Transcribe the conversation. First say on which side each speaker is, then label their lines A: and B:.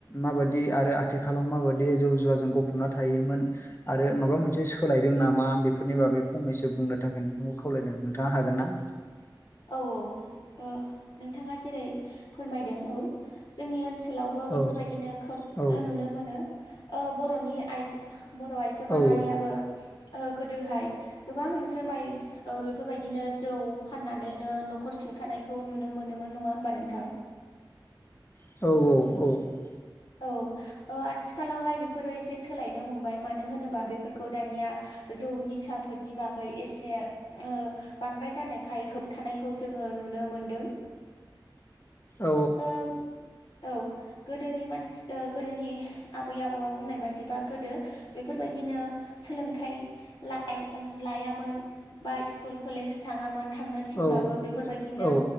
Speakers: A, on the left (about 30°); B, on the left (about 80°).
A: माबादि आरो आथिखालाव माबादि जौ जुवाजों गफबना थायोमोन बा आरो माबा मोनसे सोलायदों नामा बेफोरनि बागै फंनैसो बुंनो थाखाय नोंथांखौ खावलायदों नोंथाङा हागोन ना।
B: औ औ नोंथाङा जेरै फोरमायदों औ जोंनि ओनसोल ओ ओनसोलावबो बेफोरबायदिनो
A: औ
B: खोब
A: औ
B: नुनो मोनो बर'नि आइजो ओ ओ बर' आइजो माहारियाबो
A: औ
B: गोदोहाय गोबां जुमाय बेफोर बायदिनो ओ जौ फाननानै नानैनो न'खर सुंथानायखौ नुनो मोनोमोन नङा होमबा नोंथां?
A: औ औ नंगौ।
B: औ। आथिखालावहाय बेफोरो एसे सोलायनो हमबाय मानो होनोबा बेफोरखौ दानिया जौ बेफोरनि बागै एसे बांद्राय जानायखाय होबथानायखौ जोङो नुनो मोनदों।
A: औ
B: ओ औ गोदोनि मानसि ओ गोदोनि आबै-आबौआ बुंनाय बायदिबा गोदो बेफोरबादिनो सोलोंथाइ ल' लायामोन। बा स्कुल कलेज थाङामोन। थांनो थिनब्लाबो
A: औ
B: बेफोरबायदिनो
A: औ